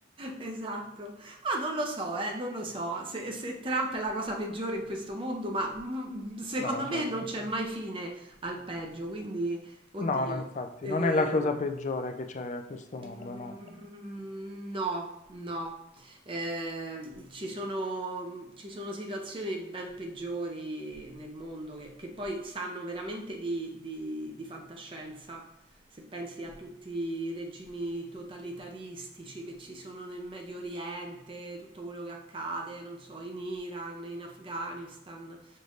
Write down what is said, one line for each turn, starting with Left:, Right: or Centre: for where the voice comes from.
Right: esatto. Ah, non lo so, eh, non lo so se se Trump è la cosa peggiore in questo mondo, ma, mhmm, secondo
Left: no, certo.
Right: me non c'è mai fine al peggio, quindi oddio.
Left: No, no, infatti,
Right: Ehm
Left: non è la cosa peggiore che c'è a questo
Right: Mhmm,
Left: mondo, no.
Right: no, no. Ehm, ci sono ci sono situazioni ben peggiori nel mondo che che poi sanno veramente di di di fantascienza. Se pensi a tutti i regimi totalitaristici che ci sono nel Medio Oriente, tutto quello che accade, non so, in Iran, in Afghanistan.